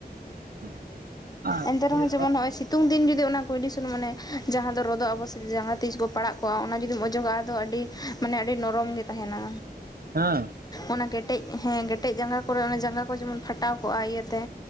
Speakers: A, on the right (about 65°); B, on the left (about 25°).
A: <inaudible>
B: ᱮᱱᱛᱮ
A: ᱦᱮᱸ
B: ᱨᱮᱦᱚᱸ ᱡᱮᱢᱚᱱ ᱱᱚᱜᱼᱚᱭ ᱥᱤᱛ ᱛᱩᱝ ᱫᱤᱱ ᱡᱩᱫᱤ ᱚᱱᱟ ᱠᱩᱭᱰᱤ ᱥᱩᱱᱩᱢ ᱢᱟᱱᱮ ᱡᱟᱦᱟᱸ ᱫᱚ ᱨᱚᱫᱚᱜ ᱟᱵᱚ ᱥᱮ ᱡᱟᱸᱜᱟ ᱛᱤᱥ ᱠᱚ ᱯᱟᱲᱟᱜ ᱠᱚᱜᱼᱟ ᱚᱱᱟ ᱡᱩᱫᱤᱢ ᱚᱡᱚᱜᱟᱼᱟ ᱟᱫᱚ ᱟᱹᱰᱤ ᱢᱟᱱᱮ ᱟᱹᱰᱤ ᱱᱚᱨᱚᱢ ᱜᱮ ᱛᱟᱦᱮᱱᱟ᱾
A: ᱦᱮᱸ᱾
B: ᱚᱱᱟ ᱠᱮᱴᱮᱡ ᱦᱮᱸ ᱠᱮᱴᱮᱡ ᱡᱟᱸᱜᱟ ᱠᱚᱨᱮ ᱚᱱᱟ ᱡᱟᱸᱜᱟ ᱠᱚ ᱡᱮᱢᱚᱱ ᱯᱷᱟᱴᱟᱣ ᱠᱚᱜᱼᱟ ᱤᱭᱟᱹᱛᱮ